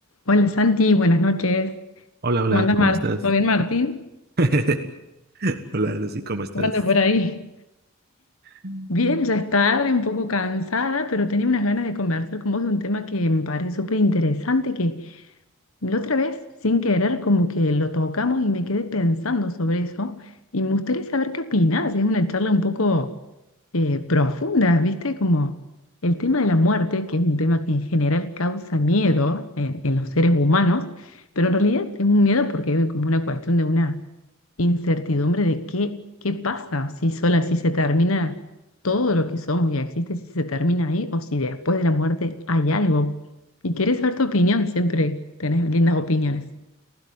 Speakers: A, on the left; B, on the right.
A: Hola Santi, buenas noches.
B: Hola, hola,
A: ¿Cómo andas,
B: ¿cómo
A: Mar?
B: estás?
A: ¿Todo bien, Martín?
B: <laughs> Hola, Lucy, ¿cómo estás?
A: ¿Cómo andas por ahí?
B: Mm.
A: Bien, ya es tarde, un poco cansada, pero tenía unas ganas de conversar con vos de un tema que me parece súper interesante, que la otra vez, sin querer, como que lo tocamos y me quedé pensando sobre eso y me gustaría saber qué opinás. Es una charla un poco eh, profundas, ¿viste? Como el tema de la muerte, que es un tema que en general causa miedo eh, en los seres humanos, pero en realidad es un miedo porque hay como una cuestión de una incertidumbre de qué, qué pasa, si sola, si se termina todo lo que somos y existe, si se termina ahí o si después de la muerte hay algo. Y querés saber tu opinión, siempre tenés lindas opiniones.